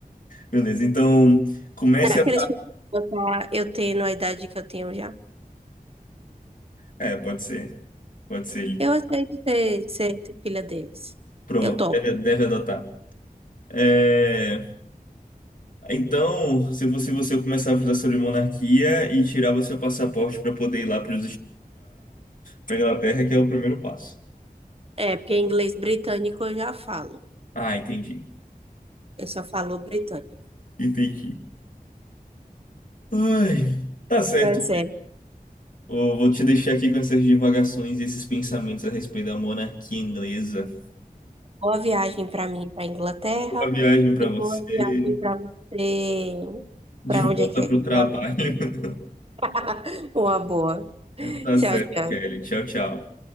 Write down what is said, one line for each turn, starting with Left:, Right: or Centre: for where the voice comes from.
Left: beleza. Então, comece
Right: Será
Left: a.
Right: que eles podem me adotar eu tendo a idade que eu tenho já?
Left: É, pode ser, pode ser. ele-
Right: Eu aceito ser, ser filha deles.
Left: Pronto,
Right: Eu topo.
Left: deve, deve adotar. É, Então, se você, você começava a estudar sobre monarquia e tirava seu passaporte para poder ir lá para para Inglaterra, que é o primeiro passo.
Right: É, porque inglês britânico eu já falo.
Left: Ah, entendi,
Right: Eu só falo britânico.
Left: entendi. Ai, tá certo.
Right: Percebe?
Left: Vou vou te deixar aqui com essas divagações e esses pensamentos a respeito da monarquia inglesa.
Right: Boa viagem para mim para Inglaterra
Left: Boa viagem para
Right: e
Left: você.
Right: boa viagem para você
Left: De
Right: para onde
Left: volta
Right: é que
Left: para o trabalho.
Right: para onde você
Left: <laughs>
Right: <laughs> vai. Uma boa.
Left: Tá
Right: Tchau,
Left: certo,
Right: tchau.
Left: Kelly. Tchau, tchau.